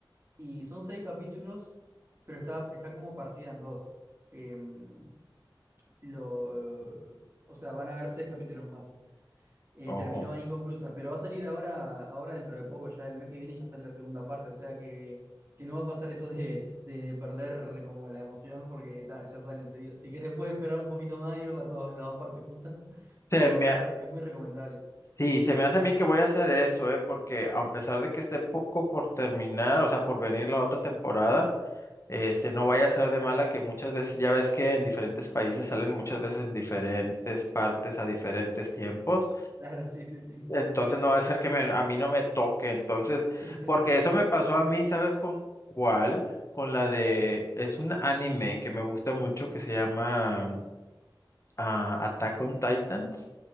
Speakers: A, on the right (about 35°); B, on the left (about 35°).
A: y son seis capítulos, pero está, está como partida en dos. Em, lo, o sea, van a haber seis capítulos más eh,
B: oh.
A: terminó ahí inconclusa, pero va a salir ahora, ahora dentro de poco, ya el mes que viene ya sale la segunda parte, o sea que, que no va a pasar eso de, de perder como la emoción porque ta, ya sale enseguida. Si querés puedes esperar un poquito más y verla todas las dos partes juntas,
B: Se
A: pero
B: me,
A: la
B: ha-
A: verdad es muy recomendable. <laughs>
B: sí, se me hace a mí que voy a hacer eso, ¿eh? Porque a pesar de que esté poco por terminar, o sea, por venir la otra temporada, Este, no vaya a ser de mala que muchas veces, ya ves que en diferentes países salen muchas veces en diferentes partes a diferentes tiempos,
A: Claro, sí, sí, sí.
B: entonces no va a ser que me- a mí no me toque, entonces,
A: <laughs>
B: porque eso me pasó a mí, ¿sabes con cuál? Con la de, es un anime que me gusta mucho que se llama mm, ah, Attack on Titans,